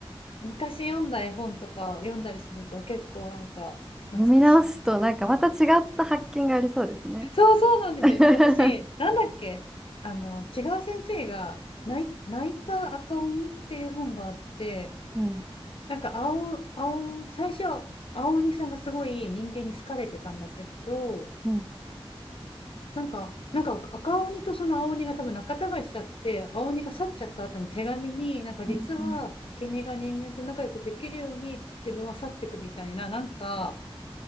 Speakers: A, on the left; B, in the centre.
A: 昔読んだ絵本とか読んだりすると結構なんか懐かしいな。
B: 読み直すとなんかまた違った発見がありそうですね。
A: そうそうなんですよ。
B: <laughs>
A: なんか私、なんだっけ、あの、違う先生が泣い、泣いた赤鬼っていう本があって、
B: うん。
A: なんか青、青、最初、青鬼さんがすごい人間に好かれてたんだけど、
B: うん。
A: なんか、なんか赤鬼とその青鬼が多分仲違いしちゃって、青鬼が去っちゃった後の手紙に、なんか実は君が人間と仲良くできるように自分は去っていくみたいな、
B: うんうん
A: なんか、